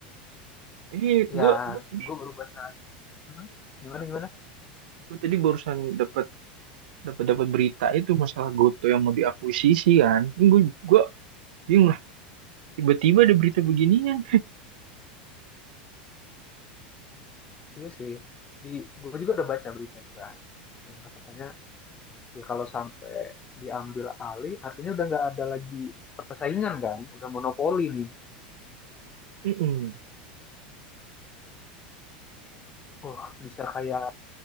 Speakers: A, on the right; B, on the left.
A: Ini
B: Ya,
A: gue gue tadi
B: gue baru baca. Hmm? Gimana gimana?
A: gue tadi barusan dapat dapat dapat berita itu masalah GoTo yang mau diakuisisi kan. Gue gue bingung lah. Tiba-tiba ada berita beginian.
B: Iya sih. Di gue juga udah baca berita itu kan, yang katanya ya kalau sampai diambil alih, artinya udah nggak ada lagi persaingan kan, udah monopoli nih.
A: Mm-mm.
B: Wah, bisa kayak